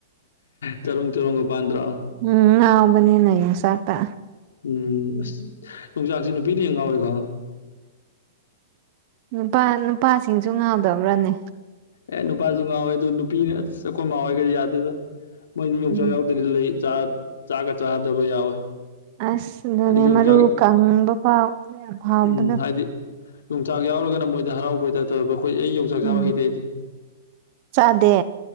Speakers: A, on the left (about 80°); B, on the right (about 45°).
A: ꯆꯔꯣꯡ ꯆꯔꯣꯡꯒ ꯄꯥꯟꯗ꯭ꯔꯣ
B: ꯎꯝ ꯉꯥꯎꯕꯅꯤꯅ ꯌꯣꯡꯆꯥꯛꯇ
A: ꯎꯝ ꯑꯁ ꯌꯣꯡꯆꯥꯛꯁꯤ ꯅꯨꯄꯤꯅ ꯍꯦꯟꯅ ꯉꯥꯎꯋꯤꯀꯣ
B: ꯅꯨꯄꯥ ꯅꯨꯄꯥꯁꯤꯡꯁꯨ ꯉꯥꯎꯗꯕ꯭ꯔꯅꯦ
A: ꯑꯦ ꯅꯨꯄꯥꯁꯨ ꯉꯥꯎꯋꯦ ꯑꯗꯨ ꯅꯨꯄꯤꯅ ꯑꯩꯈꯣꯏ ꯃꯥꯥ ꯈꯣꯏꯒ ꯌꯥꯗꯦꯗ ꯃꯣꯏꯗꯤ ꯌꯣꯡꯆꯥꯛ
B: ꯎꯝ
A: ꯌꯥꯎꯗ꯭ꯔꯗꯤ ꯂꯩ ꯆꯥꯛ ꯆꯥꯛꯒ ꯆꯥꯗꯕ ꯌꯥꯎꯋꯦ
B: ꯑꯁ ꯑꯗꯨꯅꯦ
A: ꯍꯥꯏꯗꯤ ꯌꯣꯡꯆꯥꯛ
B: ꯃꯔꯨ ꯀꯪꯕ ꯐꯥꯎ ꯍꯥꯎꯕꯗꯣ
A: ꯎꯝ ꯍꯥꯏꯗꯤ ꯌꯣꯡꯆꯥꯛ ꯌꯥꯎꯔꯒꯅ ꯃꯣꯏꯗ ꯍꯔꯥꯎꯕꯩ ꯇꯥꯏꯞꯇ ꯇꯧꯋꯤꯕ ꯑꯈꯣꯏ ꯑꯩ ꯌꯣꯡꯆꯥꯛ ꯆꯥꯕ
B: ꯎꯝ
A: ꯍꯩꯇꯦ ꯑꯩꯗꯤ
B: ꯆꯥꯗꯦ